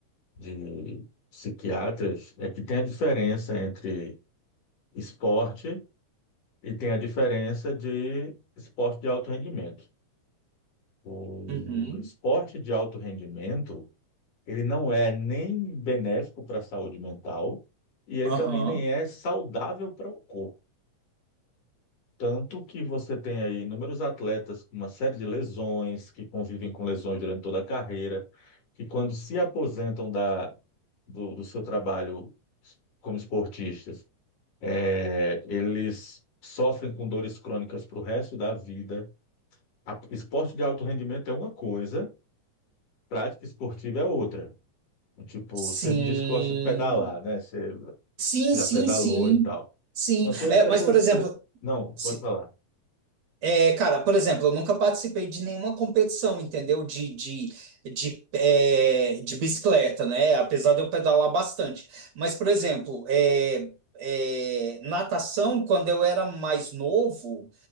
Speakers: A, on the left; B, on the right.
A: de psiquiatras é que tem a diferença entre esporte e tem a diferença de esporte de alto rendimento. O
B: Uhum,
A: esporte de alto rendimento, ele não é nem benéfico para a saúde mental e ele
B: aham.
A: também nem é saudável para o corpo. Tanto que você tem aí inúmeros atletas com uma série de lesões, que convivem com lesões durante toda a carreira, que quando se aposentam da, do, do seu trabalho como esportistas, é, eles sofrem com dores crônicas para o resto da vida. A- esporte de alto rendimento é uma coisa, prática esportiva é outra. Tipo,
B: Sim.
A: você me disse que gosta de pedalar, né? Você
B: Sim,
A: já
B: sim,
A: pedalou
B: sim.
A: e tal.
B: Sim.
A: Uma coisa
B: É,
A: é
B: mas,
A: você.
B: por exemplo.
A: Não,
B: se-
A: pode falar.
B: É, cara, por exemplo, eu nunca participei de nenhuma competição, entendeu? De, de, de, é, de bicicleta, né? Apesar de eu pedalar bastante. Mas, por exemplo, é, é, natação, quando eu era mais novo.